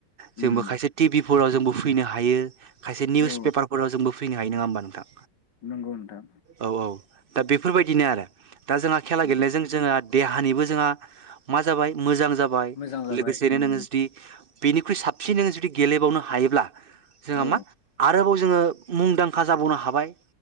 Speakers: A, on the right; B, on the left.
A: जोंबो
B: उम
A: खायसे टिभिफोराव जोंबो फैनो हायो खायसे निउस
B: औ
A: पेपारफोराव जोंबो फैनो हायो नोङा होमबा नोंथां
B: नंगौ नोंथां
A: औ औ दा बेफोरबाय दिनो आरो दा जोंहा खेला
B: उम
A: गेलेनायजों जोङा देहानिबो जोंहा मा जाबाय मोजां जाबाय
B: मोजां जाबाय
A: लोगोसेनो
B: उम
A: नोङो जुदि बेनिख्रुइ साबसिन जुदि गेलेबावनो हायोब्ला जोंहा
B: औ
A: मा आरोबाव जोङो मुंदांखा जाबावनो हाबाय